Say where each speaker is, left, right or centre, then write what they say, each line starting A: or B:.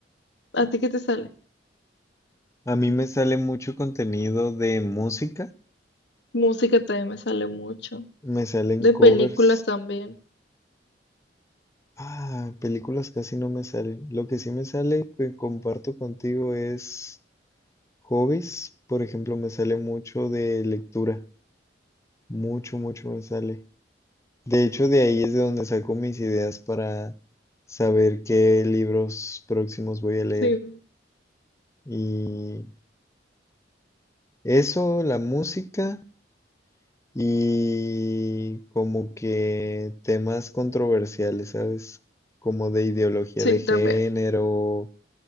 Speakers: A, on the left; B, on the left.
A: ¿A ti qué te sale?
B: A mí
A: Ah, me
B: me sale
A: sa-
B: mucho contenido de música,
A: Música también me sale mucho,
B: me salen
A: de películas
B: covers.
A: también.
B: Ah, películas casi no me salen. Lo que sí me sale que comparto contigo es hobbies. Por ejemplo, me sale mucho de lectura. Mucho, mucho me sale. De hecho, de ahí es de donde saco mis ideas para saber qué libros próximos voy a leer.
A: Sí,
B: Y eso, la música y como que temas controversiales, ¿sabes? Como de ideología
A: sí,
B: de género,
A: también.